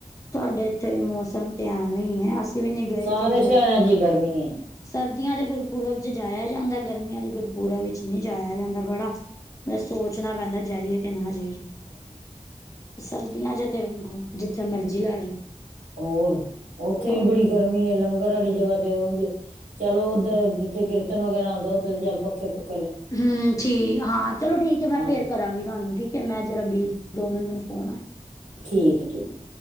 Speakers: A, on the left; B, on the right.
A: ਤੁਹਾਡੇ ਇੱਥੇ ਵੀ ਮੌਸਮ ਤੇ ਐਵੇਂ ਹੀ ਹੈ, ਅਸੀਂ ਵੀ ਨਹੀਂ ਗਏ। ਕਿਧਰੇ
B: ਅਰੇ, ਸ਼ਹਿਰਾਂ ਇਚ ਵੀ ਗਰਮੀ ਏ
A: ਸਰਦੀਆਂ ਦੇ ਗੁਰਪੁਰਬ 'ਚ ਜਾਇਆ ਜਾਂਦਾ, ਗਰਮੀਆਂ ਦੇ ਗੁਰਪੁਰਬ ਵਿੱਚ ਨਹੀਂ ਜਾਇਆ ਜਾਂਦਾ ਬੜਾ, ਮ ਸੋਚਣਾ ਪੈਂਦਾ ਜਾਈਏ ਕਿ ਨਾ ਜਾਈਏ। ਸਰਦੀਆਂ ਜ ਤੇ ਜਿੱਥੇ ਮਰਜ਼ੀ ਲੈ ਜਾਓ।
B: ਹੋਰ ਉੱਥੇ
A: ਹੋਰ
B: ਵੀ ਬੜੀ ਗਰਮੀ ਹੈ, ਲੰਗਰ ਵਾਲੀ ਜਗ੍ਹਾ ਤੇ ਉਝ ਚਲੋ ਉੱਧਰ ਜਿੱਥੇ ਕੀਰਤਨ ਵਗੈਰਾ ਆਉਂਦਾ, ਉੱਥੇ ਚੱਲ ਪੱਖੇ ਪੁੱਖ
A: ਹੂੰ ਠੀਕ ਹਾਂ, ਚਲੋ ਠੀਕ ਹੈ ਮੈਂ
B: ਹਾਂ
A: ਫੇਰ ਕਰਾਂਗੀ ਤੁਹਾਨੂੰ ਠੀਕ ਹੈ, ਮੈਂ ਜ਼ਰਾ ਬਿਜ਼ੀ, ਦੋ ਮਿੰਟ ਮੈਨੂ ਫੋਨ ਆਇਆ।
B: ਠੀਕ ਏ ਠੀਕ ਏ।